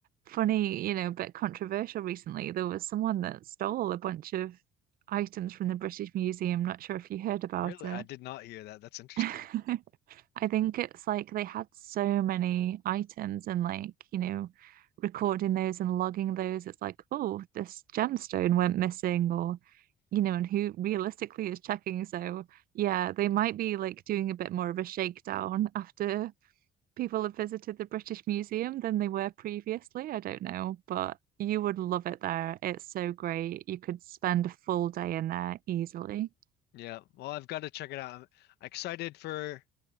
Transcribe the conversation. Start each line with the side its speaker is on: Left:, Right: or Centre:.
Right: funny, you know, but controversial recently. There was someone that stole a bunch of items from the British Museum. Not sure if you heard about
Left: Really?
Right: it.
Left: I did not hear that. That's
Right: <laughs>
Left: interesting.
Right: I think it's like they had so many items and like, you know, recording those and logging those. It's like, oh, this gemstone went missing or, you know, and who realistically is checking. So yeah, they might be like doing a bit more of a shakedown <laughs> after people have visited the British Museum than they were previously. I don't know, but you would love it there. It's so great. You could spend a full day in there easily.
Left: Yeah. Well, I've got to check it out. I'm excited for